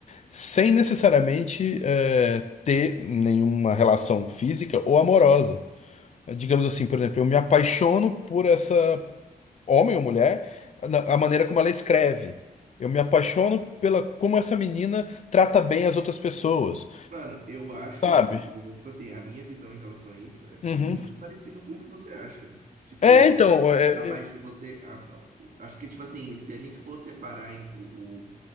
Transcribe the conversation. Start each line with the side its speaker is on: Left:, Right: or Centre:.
Left: sem necessariamente é, ter nenhuma relação física ou amorosa. É, Digamos assim, por exemplo, eu me apaixono por essa homem ou mulher, na- a maneira como ela escreve. Eu me apaixono pela como essa menina trata bem as outras pessoas.
Right: Mano, eu acho
Left: Sabe?
Right: que, eu vou- tipo assim, a minha visão em relação a isso é muito
Left: Uhum.
Right: parecido com o que você acha. Tipo,
Left: É, então, é,
Right: rapaz,
Left: eu-
Right: você, a- a- o- acho que, tipo assim, se a gente for separar em- o, o,